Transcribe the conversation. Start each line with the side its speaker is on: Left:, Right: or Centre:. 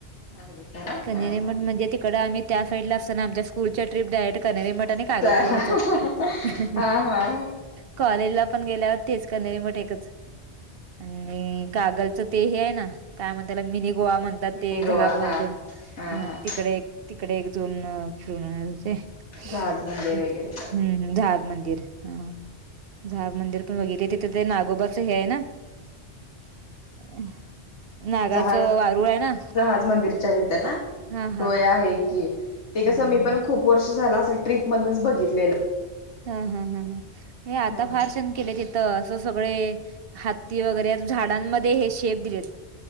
Left: हा बघितला ना
Right: कणेरी
Left: हा हा
Right: मठ म्हणजे तिकडं आम्ही त्या साईडला असताना आमच्या स्कूलच्या ट्रिप जायचे कणेरी मठ त्यांनी काय
Left: हा
Right: झालं तेवढंच जातो ते‌
Left: हा
Right: कॉलेजला पण गेल्यावर तेच कणेरी मठ एकच‌ आणि कागलच ते हे आहे ना काय म्ह त्याला मिनी गोवा म्हणतात
Left: मिनी
Right: ते
Left: गोवा
Right: झाहाब मध्ये
Left: हा
Right: दोन,
Left: हा
Right: अ
Left: हा
Right: तिकडे एक तिकडे अजून फिरून येणार होते तेच
Left: जहाज मंदिर वगैरे
Right: हम्म हम्म झाहाब मंदिर हां झाहाब मंदिर पण बघितले ते तिथे ते नागोबाच हे आहे ना. <inaudible> नागाचं
Left: जहाज
Right: वारूळ आहे ना
Left: जहाज मंदिरच्या तिथे ना
Right: हा हा
Left: होय आहे की. ते
Right: हम्म
Left: कसं मी
Right: हम्म
Left: पण खूप वर्ष झाला असेल ट्रिप मधूनच बघितलेलं.
Right: हा हा हा हे आता
Left: हा
Right: फारशे केलं तिथं असं सगळे हत्ती वगैरे अजून झाडांमध्ये हे शेप दिलेत.